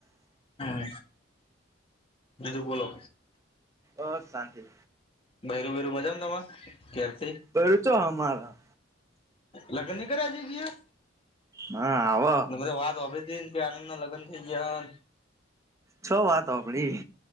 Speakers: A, on the left; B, on the right.
A: હમ બીજો બોલો
B: ઓ શાંતિ
A: ભેરું ભૈરું મજા ને તમારે ઘેર
B: બૈરું ચો અમારા
A: લગન નહી કર્યા હજી
B: હા હવે
A: બધા વાત સાંભરી ને કે આનંદ ના લગન થઈ ગયા
B: છો વાત હો સાંભળી